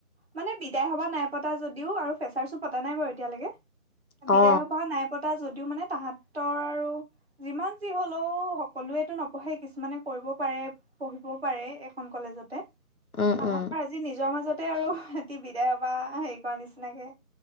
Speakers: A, on the right; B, on the left.
A: মানে বিদায় সভা নাই পতা যদিও আৰু ফেচাৰছো পতা নাই বাৰু এতিয়ালৈকে।
B: অ
A: বিদায় সভা নাই পতা। যদিও মানে তাহতৰ আৰু যিমান যি হ'লেও সকলোৱেটো নপঢ়ে কিছুমানে কৰিব পাৰে পঢ়িবও পাৰে এখন কলেজতে।
B: উম
A: তাহাত
B: উম
A: পৰা আজি নিজৰ মাজত ততে আৰু সহতি বিদায় সভা হেৰি কৰা নিচিনাকে